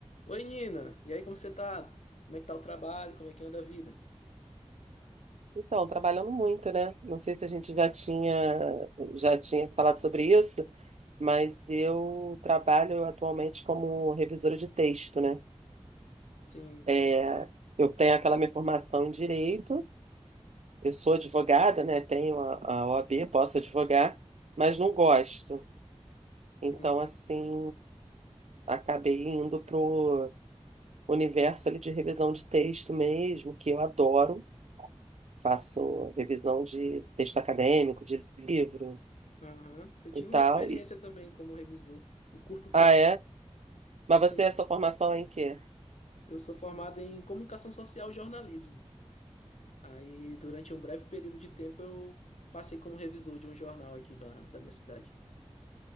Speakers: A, on the left; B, on the right.
A: Oi, Nina. E aí, como você tá? Como é que tá o trabalho? Como é que anda a vida?
B: Então, trabalhando muito, né? Não sei se a gente já tinha, já tinha falado sobre isso, mas eu trabalho atualmente como revisora de texto, né?
A: Sim,
B: É, eu tenho aquela minha formação em direito, eu sou advogada, né? Tenho a, a OAB, posso advogar, mas não gosto.
A: sim.
B: Então, assim, acabei indo pro universo ali de revisão de texto mesmo, que eu adoro. Faço revisão de texto acadêmico, de livro
A: Aham. Eu tive
B: e tal.
A: uma experiência
B: E-
A: também como revisor, em curto tempo.
B: Ah, é? Mas
A: Sim.
B: você, a sua formação é em quê?
A: Eu sou formado em comunicação social e jornalismo. Aí, durante um breve período de tempo, eu passei como revisor de um jornal aqui da, da minha cidade.